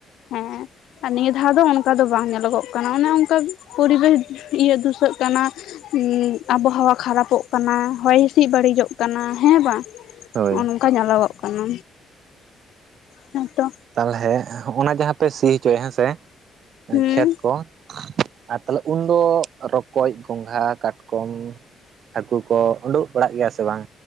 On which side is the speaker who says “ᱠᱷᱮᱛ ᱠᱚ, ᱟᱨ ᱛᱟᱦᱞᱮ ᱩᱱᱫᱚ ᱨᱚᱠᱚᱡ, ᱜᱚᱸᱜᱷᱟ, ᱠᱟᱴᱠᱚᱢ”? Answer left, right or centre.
Right